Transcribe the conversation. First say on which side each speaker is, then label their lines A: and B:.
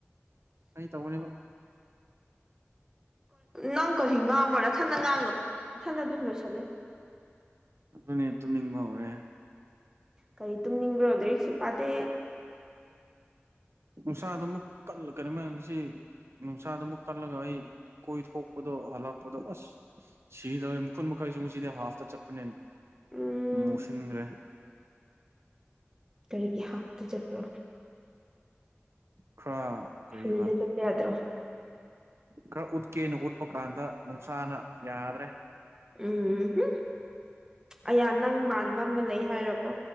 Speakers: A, on the right; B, on the right.
A: ꯑꯩ ꯇꯧꯕꯅꯦꯕ
B: ꯅꯪ ꯀꯔꯤ ꯉꯥꯡꯕ꯭ꯔꯣ ꯅꯊꯟꯅ ꯉꯥꯡꯉ ꯃꯊꯟꯅ ꯑꯗꯨꯝ ꯂꯣꯏꯁꯜꯂꯦ
A: ꯑꯗꯨꯅꯦ ꯇꯨꯝꯅꯤꯡꯕ ꯍꯧꯔꯦ
B: ꯀꯔꯤ ꯇꯨꯝꯅꯤꯡꯕ꯭ꯔꯣ ꯂꯥꯏꯔꯤꯛꯁꯨ ꯄꯥꯗꯦ
A: ꯅꯨꯡꯁꯥꯗ ꯑꯃꯨꯛ ꯀꯩꯅꯣꯝꯃꯁꯤ ꯅꯨꯡꯁꯥꯗ ꯑꯃꯨꯛ ꯀꯜꯂꯒ ꯑꯩ ꯀꯣꯏ ꯊꯣꯛꯄꯗꯣ ꯍꯜꯂꯛꯄꯗꯣ ꯑꯁ ꯁꯤꯗꯧꯌꯦ ꯃꯈꯨꯟ ꯃꯈꯩꯁꯨ ꯉꯁꯤꯗꯤ ꯍꯥꯐꯇ ꯆꯠꯄꯅꯦꯅ
B: ꯎꯝ
A: ꯃꯣꯁꯤꯟꯈ꯭ꯔꯦ
B: ꯀꯔꯤꯒꯤ ꯍꯥꯞꯇ ꯆꯠꯄ꯭ꯔꯣ
A: ꯈꯔ ꯀꯔꯤꯕ
B: ꯐꯨꯜꯗ ꯆꯠꯄ ꯌꯥꯗ꯭ꯔꯣ
A: ꯈꯔ ꯎꯠꯀꯦꯅ ꯎꯠꯄ ꯀꯥꯟꯗ ꯅꯨꯡꯁꯥꯅ ꯌꯥꯗ꯭ꯔꯦ
B: ꯎꯝꯍꯨꯝ ꯑꯌꯥ ꯅꯪ ꯃꯥꯟꯕ ꯑꯃ ꯂꯩ ꯍꯥꯏꯔꯀꯣ